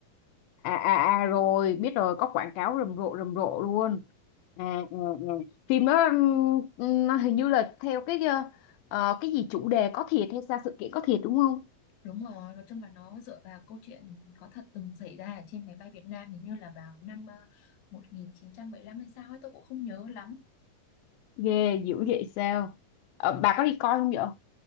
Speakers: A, on the left; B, on the left.
A: À à à rồi, biết rồi, có quảng cáo rầm rộ rầm rộ luôn. À, à, à. Phim đó ừm, nó hình như là theo cái ờ, ờ, cái gì chủ đề có thiệt hay sao sự kiện có thiệt đúng không?
B: Đúng rồi, nói chung là nó dựa vào câu chuyện có thật từng xảy ra ở trên máy bay Việt Nam hình như là vào năm ờ, 1975 hay sao ấy, tôi cũng không nhớ lắm.
A: Ghê dữ vậy sao? Ờ, bà có đi coi không vậy?